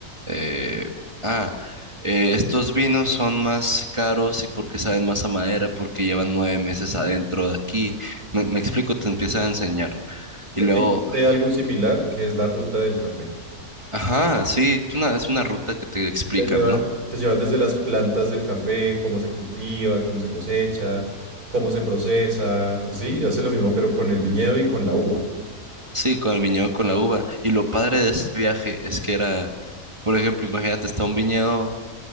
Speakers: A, on the right; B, on the right.
A: eh, ah, eh, estos vinos son más caros y porque saben más a madera, porque llevan nueve meses adentro de aquí. Me, me explico, te empieza a enseñar. Y
B: Aquí
A: luego,
B: existe algo similar que es la ruta del café.
A: ajá, sí, es una, es una ruta que te explican,
B: Te llevan,
A: ¿no?
B: te llevan desde las plantas del café, cómo se cultiva, cómo se cosecha, cómo se procesa. Sí, hace lo mismo, pero con el viñedo y con la uva.
A: Sí, con el viñedo, con la uva. Y lo padre de ese viaje es que era, por ejemplo, imagínate, está un viñedo